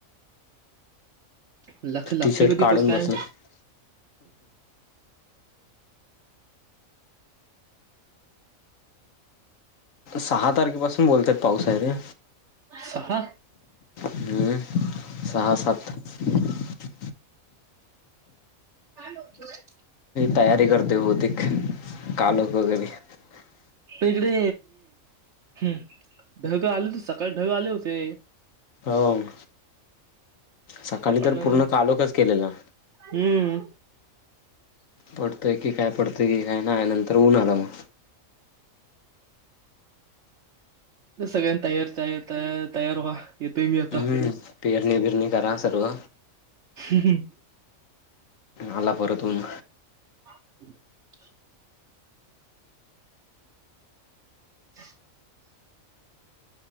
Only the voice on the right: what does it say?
लख लागतोय
कधी
पस काय?
सहा.
काय. <inaudible>
इकडे हम् ढगं आले होते सकाळी ढग आले होते.
का पडला
नाही
हम्म.
ते सगळ्यांनी तयार तयार व्हा येतोय मी आता.
ह ह.
<inaudible> <inaudible>